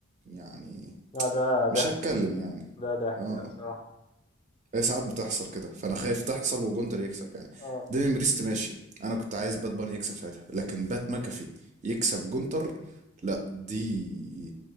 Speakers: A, on the right; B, on the left.
A: يعني
B: لا ده ضحك
A: مش هتكلم يعني
B: ده ضحك
A: اه
B: الصراحة
A: هي ساعات بتحصل كده فانا خايف تحصل وجونتر يكسب يعني
B: اه
A: ديفين بريست ماشي انا كنت عايز بات باني يكسب ساعتها لكن بات ماكافي يكسب جونتر لا دي